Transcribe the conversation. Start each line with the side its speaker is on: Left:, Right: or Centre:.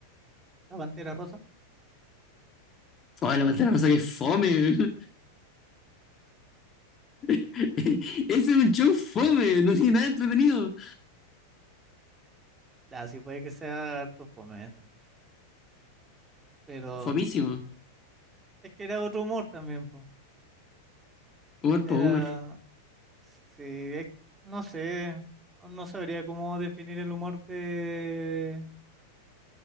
Right: La Pantera Rosa.
Left: Ay, la pantera rosa que es fome. <laughs> <laughs> Ese es un show fome, no tiene nada entretenido.
Right: Ah, sí, puede que sea harto fome esa. Pero
Left: Fomísimo.
Right: es que era otro humor también, po.
Left: Humor
Right: Era,
Left: por humor.
Right: sí, es- no sé, no sabría cómo definir el humor de,